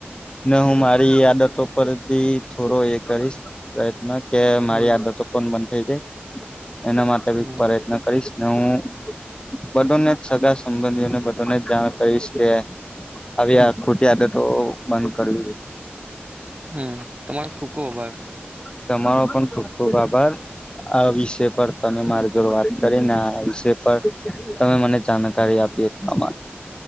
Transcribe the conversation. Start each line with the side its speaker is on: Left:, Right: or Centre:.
Left: નને હું મારી આદતો પર બી થોડો એ કરીશ, પ્રયત્ન કે મારી
Right: હમ
Left: આદતો કોણ બન <unintelligible> એના માટે બી
Right: હમ
Left: પ્રયત્ન કરીશ ને હું બધોને જ સગા સંબંધીઓને બધાને જ જાણ કહીશ કે, હ ખૂટ્યા હતા તો મન કરો.
Right: હમ તમારો ખુબ ખૂબ આભાર.
Left: તમારો પણ ખુબ ખુબ આભાર, આ વિષય પર તમે મારી જોડ વાત કરી ને આ વિષ પર તમે મને જાણકારી આપી તમારો